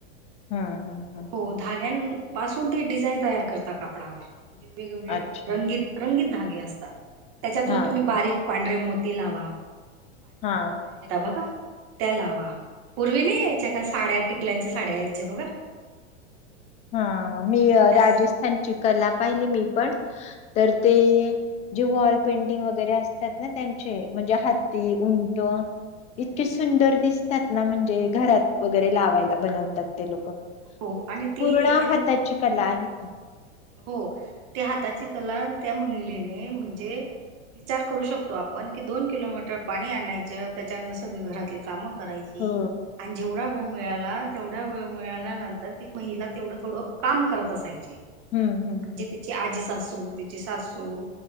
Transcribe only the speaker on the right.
हो धाग्यां पासून ते डिझाईन तयार करतात कापडावर. म्हणजे वेगवेगळे
रंगीत रंगीत धागे असतात. त्याच्यात
मग तुम्ही बारीक
पांढरे मो तिलावा
बघा त्या लावा पूर्वी नाही यायच्या का साड्या टिकल्यांच्या साड्या यायच्या बघा, <unintelligible>
त्या
हो
हम्म,
हम्म, हम्म,
हम्म.
हो आणि तेही
आणि
हो त्या हाताची कला त्या महिलेने म्हणजे विचार करू शकतो आपण कि दोन किलोमीटर पाणी आणायचं त्याच्यानंतर सगळी घरातली कामं करायची
आणि जेवढा वेळ मिळाला तेवढ्या वेळ मिळाल्यानंतर ती महिला तेवढं थोडं काम करत असायची.
म्हणजे
तिची आजी सासू तिची सासू